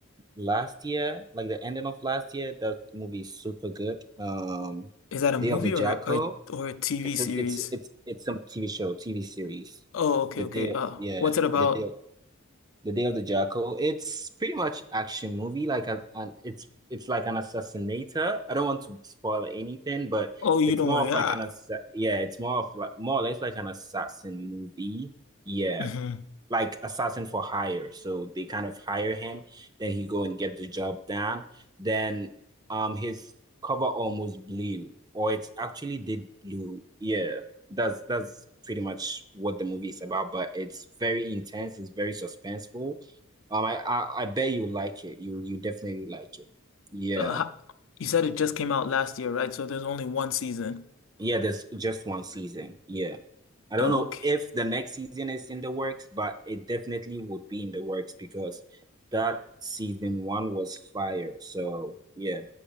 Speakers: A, on the right; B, on the left.
A: last year, like the ending of last year. That movie is super good. Um,
B: Is that a
A: Day
B: movie
A: of the Jackal.
B: or or, or a TV
A: It's
B: series?
A: a it's it's it's some TV show, TV series.
B: Oh, okay,
A: The
B: okay.
A: day,
B: Uh,
A: yeah,
B: what's it about?
A: the day. The Day of the Jackal. It's pretty much action movie. Like a, an, it's it's like an assassinator. I don't want to spoil anything, but
B: Oh, you
A: it's
B: don't
A: more
B: worry.
A: of
B: Uh,
A: like an assa yeah, it's more of like more or less like an assassin movie. Yeah
B: mhm.
A: like assassin for hire. So they kind of hire him, then he go and get the job done. Then um his cover almost blew, or it actually did blew. Yeah, that's that's pretty much what the movie is about. But it's very intense. It's very suspenseful. Um, I I, I bet you like it. You you definitely like it. Yeah.
B: Uh, ho- you said it just came out last year, right? So there's only one season.
A: Yeah, there's just one season. Yeah. I don't
B: Okay.
A: know if the next season is in the works, but it definitely would be in the works because that season one was fire. So yeah.